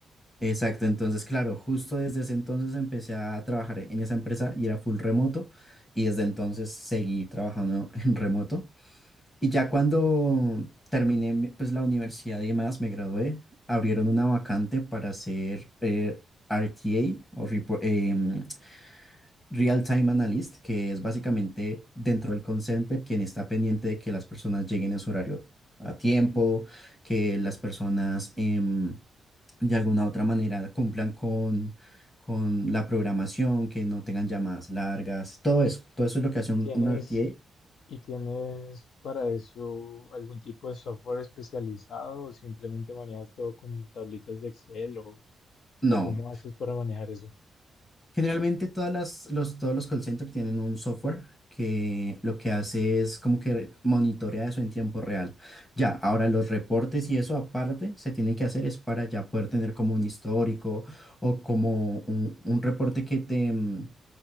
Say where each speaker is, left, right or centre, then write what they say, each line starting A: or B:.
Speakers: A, on the left; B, on the left.
A: Exacto, entonces claro, justo desde ese entonces empecé a trabajar en esa empresa y era full remoto y desde entonces seguí trabajando <laughs> en remoto. Y ya cuando terminé mi- pues la universidad y demás, me gradué, abrieron una vacante para ser eh, RTA o repo- em, Real Time Analyst, que es básicamente dentro del call center quien está pendiente de que las personas lleguen a su horario a tiempo, que las personas em, de alguna u otra manera cumplan con, con la programación, que no tengan llamadas largas, todo eso, todo eso es lo que hace un,
B: ¿Tienes
A: un RTA.
B: y tienes para eso algún tipo de software especializado o simplemente manejas todo con tablitas de Excel o,
A: No.
B: o cómo haces para manejar eso?
A: Generalmente todas las, los, todos los call centers tienen un software que lo que hace es como que re- monitorea eso en tiempo real. Ya, ahora los reportes y eso aparte se tienen que hacer es para ya poder tener como un histórico o como un, un reporte que te, mm,